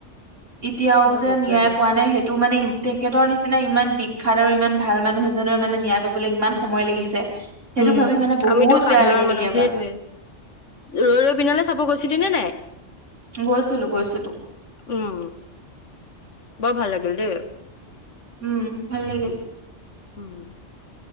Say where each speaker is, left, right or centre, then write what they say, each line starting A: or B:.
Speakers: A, on the right (about 85°); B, on the left (about 80°).
A: এতিয়াও
B: বৰ
A: যে
B: দুখ
A: নিয়াই
B: লাগে
A: পোৱা নাই সেই তোৰ মানে তেখেতৰ নিচিনা ইমান বিখ্যাত আৰু ইমান ভাল মানুহ এজনৰ মানে ন্যায় পাবলৈ ইমান সময় লাগিছে সেইটো
B: উম
A: ভাবি মানে বহুত
B: আমিতো সাধাৰণ
A: বেয়া লাগে কেতিয়াবা
B: মানুহ সেইটোয়ে ৰৈ ৰৈ বিনালে চাব গৈছিলি নে নাই
A: গৈছিলো গৈছিলো
B: উম বৰ ভাল লাগিল দেই
A: উম ভাল লাগিল।
B: উম।